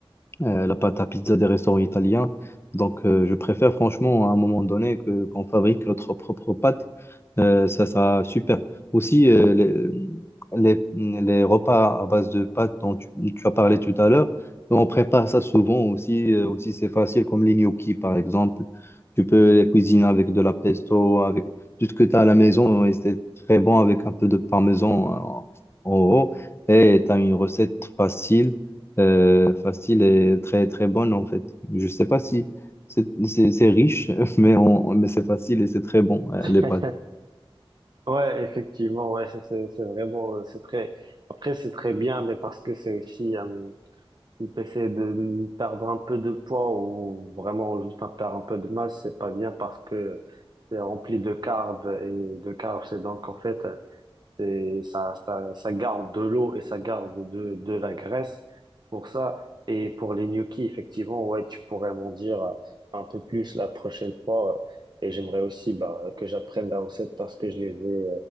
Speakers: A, on the left; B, on the right.
A: euh, la pâte à pizza des restaurants italiens. Donc, euh, je préfère franchement à un moment donné que qu'on fabrique notre propre pâte. Euh, ça sera super. Aussi, euh, les, les, les repas à base de pâte dont tu, tu as parlé tout à l'heure, on prépare ça souvent aussi. euh, aussi, c'est facile, comme les gnocchis, par exemple. Tu peux les cuisiner avec de la pesto, avec tout ce que tu as à la maison. Et c'est très bon avec un peu de parmesan en en haut. Et tu as une recette facile euh, facile et très très bonne en fait. Je sais pas si c'est c'est- c'est riche, <laughs> mais, on, mais c'est facile et c'est très bon, euh,
B: <laughs>
A: les pâtes.
B: Ouais, effectivement, ouais, c'est c'est c'est vraiment euh, c'est très après c'est très bien mais parce que c'est aussi euh, si t'essaies de perdre un peu de poids ou vraiment juste un perdre un peu de masse, c'est pas bien parce que c'est rempli de carbs et de carbs, c'est donc en fait, c'est, ça, ça, ça garde de l'eau et ça garde de, de la graisse pour ça. Et pour les gnocchis, effectivement, ouais, tu pourrais m'en dire euh, un peu plus la prochaine fois. euh, Et j'aimerais aussi, bah, que j'apprenne la recette parce que je les ai